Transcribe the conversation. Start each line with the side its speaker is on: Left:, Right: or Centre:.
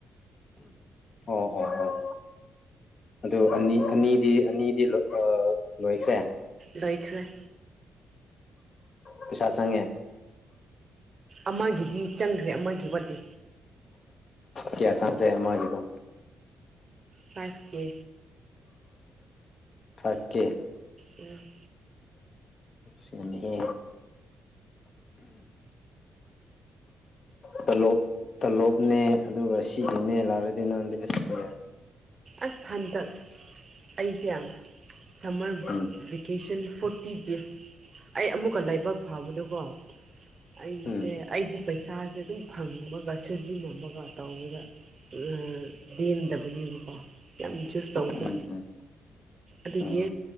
Left: ꯑꯣ ꯑꯣ ꯑꯣ꯫ ꯑꯗꯨ ꯑꯅꯤ ꯑꯅꯤꯗꯤ ꯑꯅꯤꯗꯤ ꯑꯥ ꯂꯣꯏꯈ꯭ꯔꯦ꯫
Right: ꯂꫭꯏꯈ꯭ꯔ‌ꯦ꯫
Left: ꯄꯩꯁꯥ ꯆꯪꯉꯦ꯫
Right: ꯑꯃꯒꯤꯗꯤ ꯆꯪꯈ꯭ꯔꯦ ꯑꯃꯒꯤ ꯋꯥꯠꯂꯤ꯫
Left: ꯀ꯭ꯌꯥ ꯁꯥꯡꯈ꯭ꯔ‌ꯦ ꯃꯒꯤꯗꯣ
Right: ꯐꯥꯏꯚꯀꯦ
Left: ꯐꯥꯏꯚꯀꯦ
Right: ꯎꯝ꯫
Left: ꯁꯦꯝꯃꯦꯍꯦ ꯇꯂꯣꯞ ꯇꯂꯣꯞꯅꯦ ꯑꯗꯨꯒ ꯁꯤꯒꯤꯅꯦ ꯂꯥꯛꯔꯗꯤ ꯅꯪꯗꯤ ꯑꯁ ꯌꯥꯔ‌ꯦ꯫
Right: ꯑꯁ ꯍꯟꯗꯛ ꯑꯩꯁꯦ ꯁꯝꯃꯔ ꯕꯤ꯫
Left: ꯎꯝ
Right: ꯚꯦꯀꯦꯁꯟ ꯐꯣꯔꯇꯤ ꯗꯦꯖ ꯑꯩ ꯑꯃꯨꯛꯀ ꯂꯥꯏꯕꯛ ꯐꯥꯕꯗꯣꯀꯣ ꯑꯩꯁꯦ
Left: ꯎꯝ
Right: ꯑꯩꯒꯤ ꯄꯩꯁꯥꯁꯦ ꯑꯗꯨꯝ ꯐꯪꯕꯒ ꯁꯤꯖꯤꯟꯅꯕꯒ ꯇꯧꯕꯗ ꯂ ꯂꯦꯝꯗꯕꯒꯤꯕꯀꯣ ꯌꯥꯝ ꯆꯨꯁ ꯇꯧꯕꯗꯨ꯫
Left: ꯎꯝ ꯎꯝ
Right: ꯑꯗꯨꯒꯤ
Left: ꯎꯝ